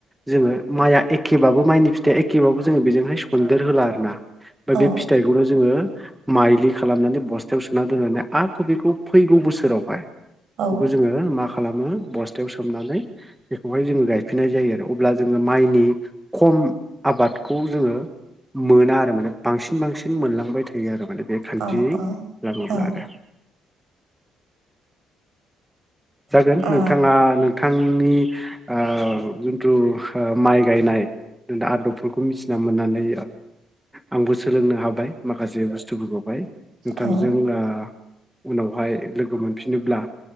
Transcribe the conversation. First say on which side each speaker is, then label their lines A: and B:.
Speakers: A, in the centre; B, on the right (about 65°).
A: जोङो मायआ एखेबाबो मायनि फिथाइया एखेबाबो जोङो बेजोंहाय सन्देर होला आर ना ओमफ्राय
B: औ
A: बे फिथाइखौनो जोङो माइलि खालामनानै बस्थायाव सोना दोननानै आक बिखौ फैगौ बोसोरावहाय
B: औ
A: बेखौ जोङो मा खा लामो बस्थायाव सोमनानै बेखौहाय जोङो गायफिननाय जायो आरो अब्ला जोङो मायनि खम आबादखौ जोङो मोना आरो माने बांसिन बांसिन मोनलांबाय थायो आरो। माने बे खान्थियै
B: औ
A: लाबोब्ला
B: औ
A: आरो जागोन
B: औ
A: नोंथाङा नों थांनि आ जिनथु माय गायनाय आदबफोरखौ मिथिना मोननानै आंबो सोलोंनो हाबाय माखासे बुस्थुफोरखौहाय नोंथांजों
B: औ
A: ओ उनावहाय लोगो मोनफिनोब्ला